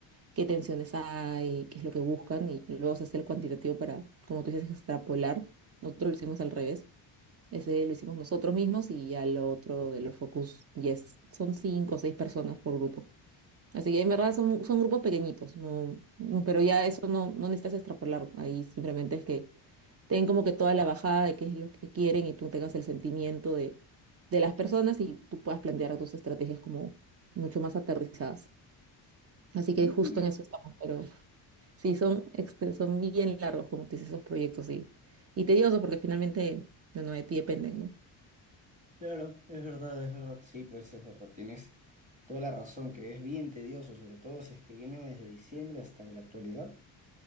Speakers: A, on the right; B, on the right.
A: qué tensiones hay, qué es lo que buscan, y luego se hace el cuantitativo para, como tú dices, extrapolar. Nosotros lo hicimos al revés. Ese lo hicimos nosotros mismos y ya lo otro de los focus yes. Son cinco o seis personas por grupo. Así que en verdad son, son grupos pequeñitos, no, no, pero ya eso no, no necesitas extrapolar. Ahí simplemente es que ten como que toda la bajada de qué es lo que quieren y tú tengas el sentimiento de, de las personas y tú puedas plantear tus estrategias como mucho más aterrizadas. Así que
B: Mm,
A: justo en eso estamos, pero sí, son, exten- son bien largos, como tú dices, esos proyectos y, y tediosos porque finalmente, bueno, de ti dependen, ¿no?
B: Claro, es verdad, es verdad. Sí, pues es verdad, tienes toda la razón, que es bien tedioso, sobre todo si es que viene desde diciembre hasta la actualidad.